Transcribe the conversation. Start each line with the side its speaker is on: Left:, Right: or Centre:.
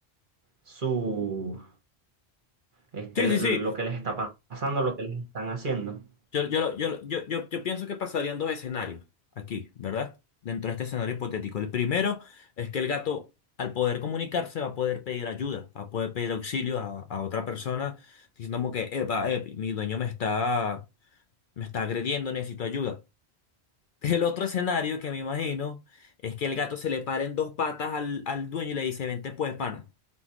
Right: su, este,
Left: Sí,
Right: lo
Left: sí,
Right: lo
Left: sí.
Right: que les está pa- pasando, lo que les están haciendo.
Left: Yo, yo, yo, yo, yo, yo pienso que pasarían dos escenarios aquí, ¿verdad? Dentro de este escenario hipotético. El primero es que el gato, al poder comunicarse, va a poder pedir ayuda, va a poder pedir auxilio a, a otra persona, diciendo como que, epa, eh, mi dueño me está, me está agrediendo, necesito ayuda. El otro escenario que me imagino es que el gato se le pare en dos patas al, al dueño y le dice, vente pues, pana,